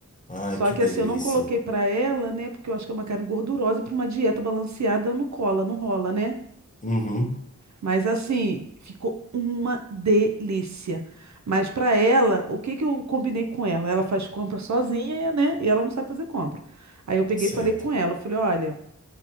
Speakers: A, on the left; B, on the right.
A: ai,
B: Só
A: que
B: que
A: delícia.
B: assim, eu não coloquei pra ela, né? Porque eu acho que é uma carne gordurosa e pra uma dieta balanceada não cola, não rola, né?
A: Uhum,
B: Mas assim, ficou uma delícia. Mas para ela, o que que eu combinei com ela? Ela faz compra sozinha, né? E ela não sabe fazer compra. Aí eu peguei
A: certo.
B: e falei com ela, eu falei, olha,